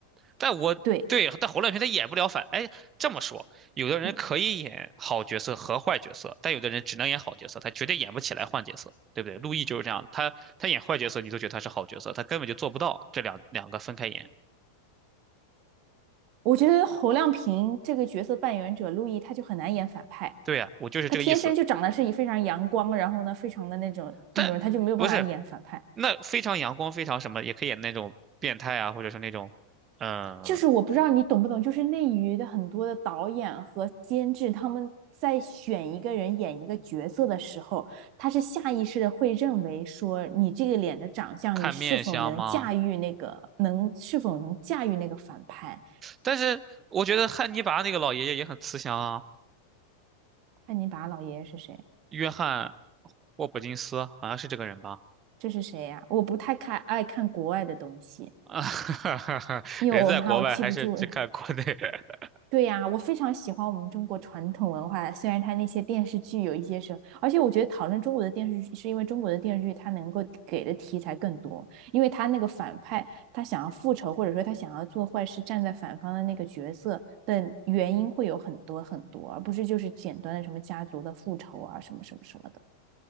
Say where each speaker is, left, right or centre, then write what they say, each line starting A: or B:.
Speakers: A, on the right; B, on the right.
A: 但我对，
B: <laughs> 对，
A: 但侯亮平他演不了反。哎，这么说，有的人可以演好角色和坏角色，
B: 嗯
A: 但有的人只能演好角色，他绝对演不起来坏角色，对不对？陆毅就是这样的，他他演坏角色，你都觉得他是好角色，他根本就做不到这两两个分开演。
B: 我觉得侯亮平这个角色扮演者陆毅他就很难演反派。
A: 对呀、我就是这个意思。
B: 他天生就长得是以非常阳光，然后呢，非常的那种那种人，
A: 但不是，
B: 他就没有办法演反派。
A: 那非常阳光，非常什么，也可以演那种变态啊，或者是那种，嗯、
B: 就是我不知道你懂不懂，就是内娱的很多的导演和监制，他们在选一个人演一个角色的时候，他是下意识的会认为说，你这个脸的长相，
A: 看面相吗？
B: 你是否能驾驭那个，能是否能驾驭那个反派？
A: 但是我觉得汉尼拔那个老爷爷也很慈祥啊，
B: 看你把老爷爷是谁？
A: 约翰霍普金斯好像是这个人吧。
B: 这是谁呀、啊我不太看爱看国外的东西，
A: 啊，<laughs>
B: 因为我怕我记不住
A: 人在国外还是只看国内。<laughs>
B: 对呀，我非常喜欢我们中国传统文化，虽然它那些电视剧有一些时候，而且我觉得讨论中国的电视剧，是因为中国的电视剧它能够给的题材更多，因为它那个反派他想要复仇，或者说他想要做坏事，站在反方的那个角色的原因会有很多很多，而不是就是简单的什么家族的复仇啊，什么什么什么的。